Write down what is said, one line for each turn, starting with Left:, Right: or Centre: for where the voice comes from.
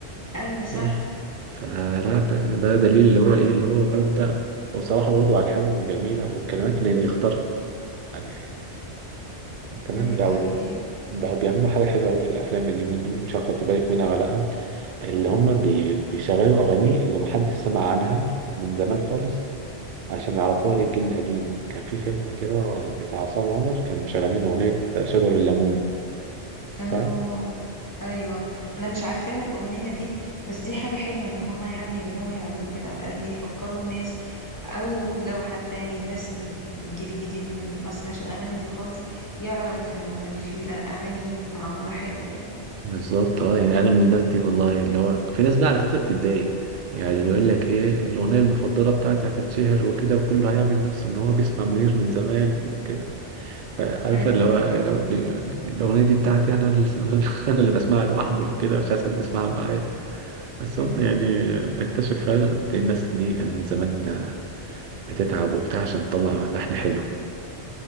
Left: ايوه صح
Right: بس فلا ده ده دليل اللي هو ايه اللي هو مبدع وبصراحه برضو الحانه جميله والكلمات اللي بيختارها يعني كمان
Left: ايوه
Right: بقوا
Left: اكيد
Right: بقوا بيعملوا حاجة حلوة أوي في الأفلام اليومين دول مش عارف خدت بالك منها ولا لأ اللي هم بي... بيشغلوا أغاني اللي محدش سمع عنها من زمان خالص عشان يعرفوها للجيل القديم كان في فيلم كده بتاع عصام عمر كان مشغلين أغنية شجر الليمون
Left: اه
Right: فاهم؟
Left: ايوه انا مش عارفاها الاغنيه دي بس دي حاجه حلوه ان هما يعني يرجعوا يعملوا كده على الاقل يفكروا الناس او لو حتى يعني الناس من الجيل الجديد ما سمعش الاغاني دي خالص يعرف انه كان في لا اغاني معموله حلو يعني
Right: بالظبط اه يعني انا من الناس دي والله اللي هو في ناس بقى على فكره بتتضايق يعني بيقول لك ايه الاغنيه المفضله بتاعتي هتتشهر وكده وكله هيعمل نفسه ان هو بيسمع منير من زمان وكده فعارف
Left: ايوه
Right: اللي هو لو يعني الأغنية دي بتاعتي أنا اللي <laughs> أنا اللي بسمعها لوحدي وكده مش عايز حد يسمعها معايا بس
Left: ايوه
Right: هم يعني بتكتشف فعلا قد إيه الناس دي كانت زمان بتتعب وبتاع عشان تطلع لحن حلو